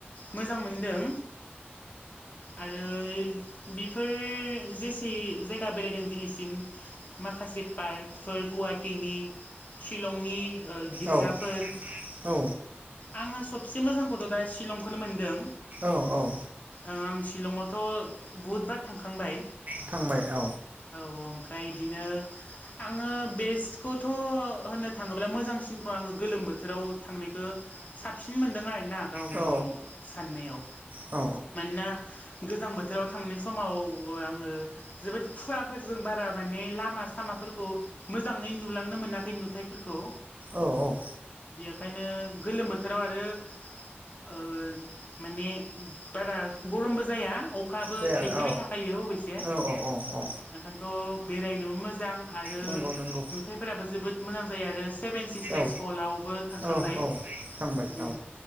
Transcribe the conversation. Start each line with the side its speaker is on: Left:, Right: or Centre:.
Left: मोजां मोनदों, आरो बेफोर जेसे जायगा बेरायदों दिनैसिम, माखासे पार्कफोर गुवाहाटिनि शिलंनि गिर्जाफोर
Right: औ औ
Left: आङो सब सबसे मोजांखौथ' दा शिलंखौनो मोन्दों,
Right: औ औ
Left: आं शिलंआवथ' बुहुदबार थांखांबाय,
Right: थांबाय औ
Left: औ औ ओमफ्राय बिदिनो आङो, बेस्टखौथ' होननो थांङोब्ला मोजांसिनखौ आंङो गोलोम बोथोराव थांनायखौ साबसिन मोनदों आरोना गावनि
Right: औ
Left: साननायाव।
Right: औ
Left: ना गोजां बोथोराव थांनाय समाव आंङो जोबोद खुवाफोरजों बारा माने लामा सामाफोरखौ मोजाङै नुलांनो मोनाखै नुथायाइफोरखौ।
Right: औ औ।
Left: बेखायनो गोलोम बोथोराव आरो ओ माने बारा गरमबो जाया। अखाबो
Right: जाया
Left: थाइफ्रिबाय
Right: औ
Left: थाखायो अबयसे
Right: औ औ औ
Left: ओंखायनोथ' बेरायनोबो मोजां। आरो
Right: नंगौ नंगौ
Left: नुथायाइफोराबो जोबोद मोजां जायो आरो सेभेन सिस्टार्स
Right: औ
Left: पलावबो थांखांबाय।
Right: औ औ थांबाय
Left: उम
Right: औ